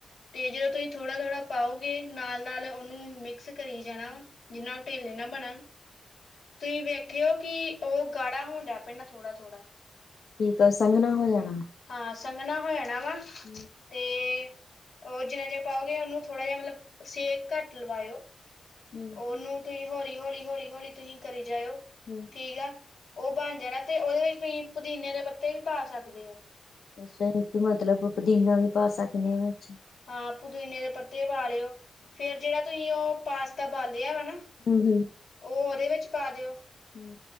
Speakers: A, on the left; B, on the left.
A: ਤੇ ਜਦੋਂ ਤੁਸੀਂ ਥੋੜ੍ਹਾ ਥੋੜ੍ਹਾ ਪਾਓਗੇ, ਨਾਲ ਨਾਲ ਉਹਨੂੰ ਮਿਕਸ ਕਰੀ ਜਾਣਾ ਵਾ, ਜਿੰਨਾ ਉਹ ਢੇਲੇ ਨਾ ਬਣਨ ਤੁਹੀ ਵੇਖਿਓ ਕਿ, ਉਹ ਗਾੜਾ ਹੋਣ ਡ ਪੈਂਦਾ ਥੋੜ੍ਹਾ ਥੋੜ੍ਹਾ
B: ਠੀਕ ਆ ਸੰਘਣਾ ਹੋ ਜਾਣਾ।
A: ਹਾਂ ਸੰਘਣਾ ਹੋਇਆ
B: ਹੂੰ,
A: ਤੇ ਉਹ ਜਿੰਨਾ ਚਿਰ ਪਾਓਗੇ ਉਹਨੂੰ ਥੋੜ੍ਹਾ ਜਿਹਾ ਮਤਲਬ ਸੇਕ ਘੱਟ ਲਵਾਇਓ,
B: ਹੂੰ,
A: ਉਹਨੂੰ ਤੁਸੀਂ ਹੌਲੀ ਹੌਲੀ ਹੌਲੀ ਹੌਲੀ ਤੁਸੀਂ ਕਰੀ ਜਾਓ,
B: ਹੂੰ।
A: ਠੀਕ ਆ, ਉਹ ਬਣ ਜਾਣਾ ਤੇ ਉਹਦੇ ਵਿੱਚ ਤੁਸੀਂ ਪੁਦੀਨੇ ਦੇ ਪੱਤੇ ਤੇ ਵੀ ਪਾ ਸਕਦੇ ਹੋ
B: ਅੱਛਾ, ਇਹ ਮਤਲਬ ਪੁਦੀਨਾ ਵੀ ਪਾ ਸਕਨੇ ਆ ਵਿੱਚ
A: ਹਾਂ, ਪੁਦਨੇ ਦੇ ਪੱਤੇ ਪਾ ਲਿਓ, ਫੇਰ ਜਿਹੜਾ ਤੁਸੀਂ ਉਹ ਪਾਸਤਾ ਬਾਲਆ ਵਾ ਨਾ
B: <unintelligible>
A: ਉਹ ਉਹਦੇ ਵਿੱਚ ਪਾ ਦਿਓ
B: ਹਮ